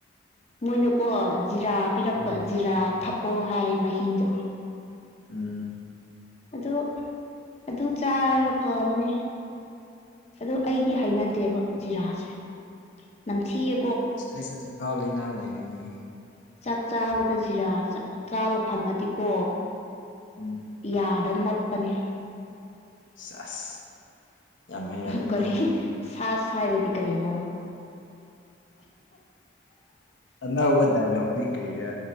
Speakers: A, on the left (about 35°); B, on the left (about 80°).
A: ꯃꯣꯏꯅꯀꯣ ꯖꯤꯔꯥ ꯄꯤꯔꯛꯄ
B: ꯎꯝ
A: ꯖꯤꯔꯥ ꯊꯛꯑꯣ ꯍꯥꯏ ꯃꯍꯤꯗꯣ
B: ꯎꯝ
A: ꯑꯗꯨ ꯑꯗꯨ ꯆꯥꯔꯒ ꯐꯕꯅꯦ ꯑꯗ ꯑꯩꯗꯤ ꯍꯥꯏꯅꯗꯦꯕ ꯖꯤꯔꯥꯁꯦ ꯅꯝꯊꯤꯌꯦ
B: ꯑꯩꯁꯦ ꯆꯀꯥꯎ ꯂꯩꯅꯥ ꯂꯩꯔꯤꯅꯤ
A: ꯆꯥꯛ ꯆꯥꯕꯗ ꯖꯤꯔꯥ ꯆꯥꯕ ꯐꯪꯉꯗꯤꯀꯣ
B: ꯎꯝ
A: ꯌꯥ ꯗ ꯅꯞꯄꯅꯦ
B: ꯁꯁ ꯌꯥꯝ ꯍꯩꯔꯝꯃꯤꯅ
A: ꯑ ꯀꯔꯤ ꯁꯥꯁ ꯍꯥꯢꯕꯗꯤ ꯀꯔꯤꯅꯣ
B: ꯑꯅꯧꯕ ꯗꯏꯂꯣꯒ ꯅꯤ ꯀꯔꯤꯔꯥ